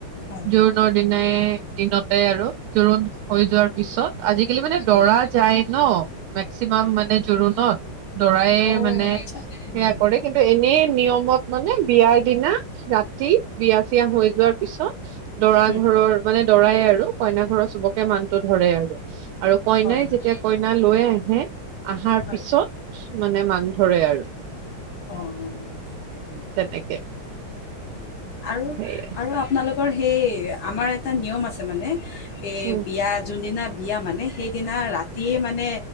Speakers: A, on the left (about 70°); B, on the right (about 85°).
A: হয়
B: জোৰোণ দিনাই। দিনতে আৰু জোৰোণ হৈ যোৱাৰ পিছত আজি। কেলেই মানে
A: হয়
B: দৰা
A: হয়
B: যায় ন মেক্সিমাম মানে জোৰোণত দৰায়
A: অঁ
B: মানে
A: আচ্ছা হুম
B: সেয়া
A: হুম
B: কৰে। কিন্তু এনে নিয়মত মানে বিয়াৰ দিনা ৰাতি বিয়া চিয়া হৈ যোৱাৰ পিছত। দৰা
A: হুম
B: ঘৰৰ মানে দৰাই আৰু- কইনা ঘৰত চবকে মানতো ধৰে আৰু। আৰু কইনাই
A: হয়
B: যেতিয়া
A: হয়
B: কইনা লৈ আহে আহাৰ
A: হয়
B: পিছত মানে মাক। ধৰে আৰু।
A: অঁ
B: তেনেকে।
A: আৰু
B: সেয়াই
A: আৰু আপোনালোক সেই আমাৰ এটা নিয়ম আছে মানে। এ
B: উম
A: বিয়া যোনদিনা। বিয়া মানে সেইদিনা ৰাতিয়ে মানে